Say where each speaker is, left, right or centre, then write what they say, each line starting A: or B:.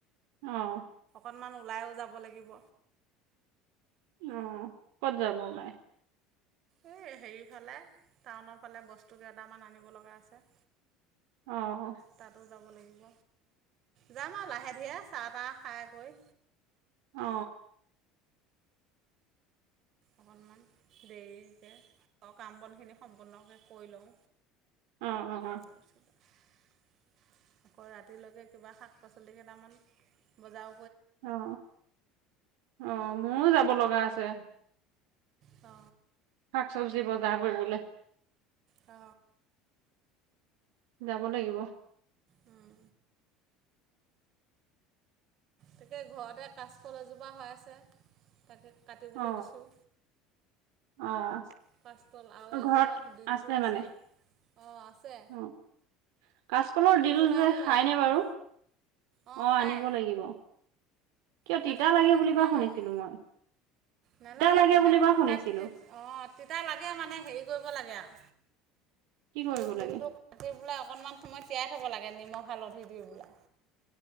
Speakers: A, on the right; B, on the right.
A: অহ
B: অকণমান ওলাইৱো যাব লাগিব
A: অহ ক'ত যাব পাৰে?
B: এ হেৰিৰফালে, টাউনৰ ফালে বস্তু কেইটামান আনিব লগা আছে।
A: অহ
B: তাতো যাব লাগিব যাম আও লাহে ধীৰে চাহ-তাহ খাই কৰি
A: অ অ
B: অকণমান দেৰি যে মোৰ কাম বনখিনি সম্পূৰ্ণকৈ কৰি লওঁ
A: অ অ অ
B: তাৰপিছত আকৌ ৰাতিলৈকে কিবা শাক পাচলি কেইটামান বজাৰ
A: অ অ মোৰো যাব লগা আছে
B: অ
A: শাক চবজি বজাৰ কৰিবলে।
B: অ
A: যাব লাগিব।
B: উম তাকে ঘৰতে কাচকল এজোপা হৈ আছে তাকে কাটিবলৈ
A: অ
B: দিছোঁ
A: অ
B: কাচকল আৰু এজোপাত
A: ঘৰত
B: ডিলটো আছে
A: মানে
B: অ আছে
A: অ কাচকলৰ
B: নিবলৈ
A: ডিল যে
B: আহিবা
A: খায়নে
B: কেইটামান
A: বাৰু
B: অঁ
A: অ
B: খাই
A: আনিব লাগিব। কিয়
B: কাচকলৰ
A: তিতা লাগে
B: দিল
A: বুলি
B: খাওঁ
A: কোৱা শুনিছিলো
B: আমি
A: মই।
B: নালাগে
A: লাগে
B: তিতা
A: বুলি কোৱা শুনিছিলো
B: তাত অ তিতা লাগে মানে হেৰি কৰিব লাগে আও
A: কি কৰিব
B: এই ডিলটো
A: লাগে
B: কাটি পেলে অকনমান সময় তিয়াই থব লাগে নিমখ হালধি দি পেলাই